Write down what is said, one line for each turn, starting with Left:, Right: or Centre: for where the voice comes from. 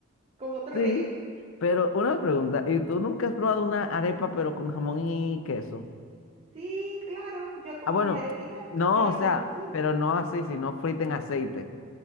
Right: con otro
Left: sí.
Right: relleno.
Left: Pero una pregunta, ¿y tú nunca has probado una arepa pero con jamón y queso?
Right: Sí, claro, yo como
Left: Ah, bueno,
Right: mis arepitas,
Left: no,
Right: yo las
Left: o sea,
Right: como así.
Left: pero no así, sino frita en aceite.